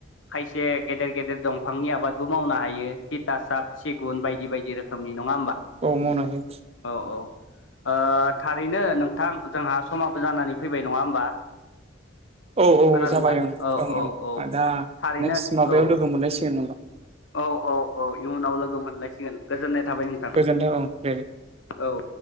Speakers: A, on the left; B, on the right.
A: खायसे गेदेर गेदेर दंफांनि आबादबो मावनो हायो तिथासाब सिगुन बायदि बायदि रोखोमनि नङा होमबा
B: औ मावनो हायो
A: औ औ ओ थारैनो नोंथां जोंहा समाबो जानानै फैबाय नङा होमबा
B: औ औ
A: खोनादोंना
B: जाबाय
A: औ
B: ओं
A: औ
B: ओं
A: औ
B: ओ दा
A: थारैनो
B: नेक्स्ट माबायाव
A: औ
B: लोगो मोनलायसिगोन होनबा
A: औ औ औ इयुनाव लोगो मोनलायसिगोन गोजोननाय थाबाय नों
B: गोजोन्थों औ दे
A: औ